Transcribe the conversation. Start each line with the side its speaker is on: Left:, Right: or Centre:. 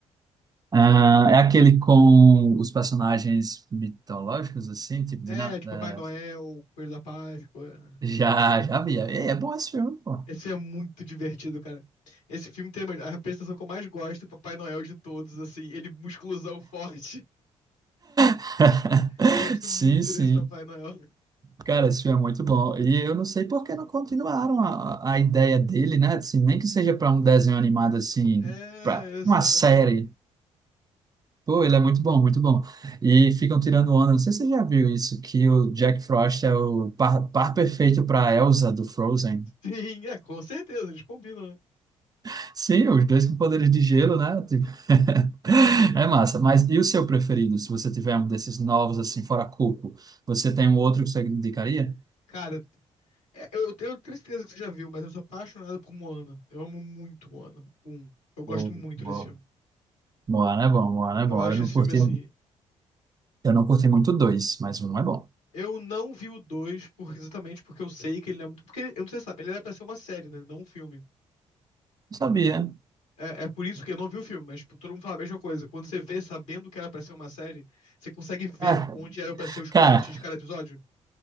Right: Ah, é aquele com os personagens mitológicos, assim, tipo
Left: É,
Right: de. na-
Left: de Papai
Right: eh,
Left: Noel, Coelho da Páscoa.
Right: Já, já vi. É, é bom esse filme, pô.
Left: Esse é muito divertido, cara. Esse filme tem a representação que eu mais gosto, Papai Noel de todos, assim, ele musculosão forte.
Right: <laughs>
Left: Eu gosto
Right: Sim,
Left: muito
Right: sim.
Left: desse Papai Noel.
Right: Cara, esse filme é muito bom. E eu não sei por que não continuaram a, a ideia dele, né? Assim, nem que seja para um desenho animado, assim,
Left: É,
Right: para
Left: exato.
Right: uma série. Pô, ele é muito bom, muito bom. E ficam tirando onda. Não sei se você já viu isso, que o Jack Frost é o par, par perfeito para Elsa do Frozen.
Left: Sim, é, com certeza, eles combinam, né?
Right: <laughs> Sim, os dois com poderes de gelo, né? Tipo, <laughs>
Left: Sim.
Right: É massa. Mas e o seu preferido? Se você tiver um desses novos, assim, fora Coco, você tem um outro que você indicaria?
Left: Cara, é, eu, tenho eu tenho certeza que você já viu, mas eu sou apaixonado por Moana. Eu amo muito Moana. Um. Eu gosto
Right: Bom,
Left: muito
Right: bom.
Left: desse filme.
Right: Moana é bom, Moana é
Left: Eu
Right: bom.
Left: acho
Right: Eu não
Left: esse
Right: curti,
Left: filme assim.
Right: eu não curti muito dois, mas um é bom.
Left: Eu não vi o dois por, exatamente porque eu sei que ele não é muito. Porque ele- eu não sei se sabe, ele era pra ser uma série, né? Não um filme.
Right: Não sabia.
Left: É, é por isso que eu não vi o filme, mas tipo, todo mundo fala a mesma coisa. Quando você vê sabendo que era pra ser uma série, você consegue ver
Right: Ah,
Left: onde eram pra ser os
Right: Cara,
Left: cortes de cada episódio.